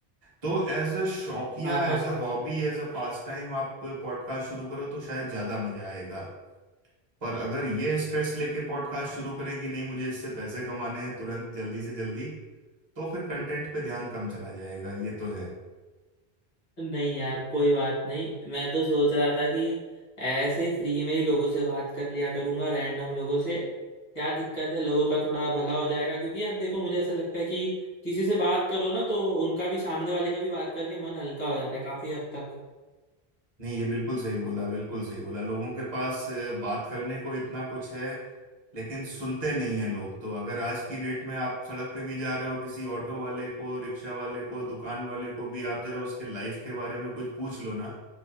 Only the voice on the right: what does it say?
तो एज अ शौकिया
as a hobby as a pastime आप पॉडकास्ट शुरू करो तो शायद ज्यादा मजा आएगा पर अगर ये स्ट्रेस लेके पॉडकास्ट शुरू करें कि नहीं मुझे इससे पैसे कमाने हैं तुरंत जल्दी से जल्दी तो फिर कंटेंट पे ध्यान कम चला जाएगा ये तो है
नहीं ये बिल्कुल सही बोला बिल्कुल सही बोला लोगों के पास अ, बात करने को इतना कुछ है लेकिन सुनते नहीं हैं लोग तो अगर आज की डेट में आप सड़क पे भी जा रहे हो किसी ऑटो वाले को रिक्शा वाले को दुकान वाले को भी आप जरा उसके लाइफ के बारे में कुछ पूछ लो ना